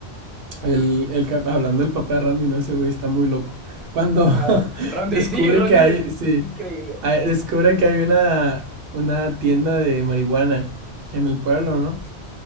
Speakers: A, on the right; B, in the centre.
A: El, el cap- hablando del papá de Randy, no, ese güey está muy loco. Cuando <laughs>
B: Ajá, Ra- Randy,
A: descubre
B: <laughs> sí, Randy
A: que
B: es
A: hay, sí,
B: increíble,
A: hay- descubre que hay una, una tienda de marihuana en el pueblo, ¿no?